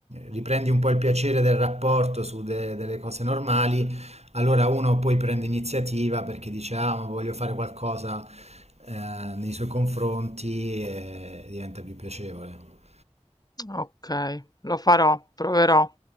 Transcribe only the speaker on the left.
ok, lo farò, proverò.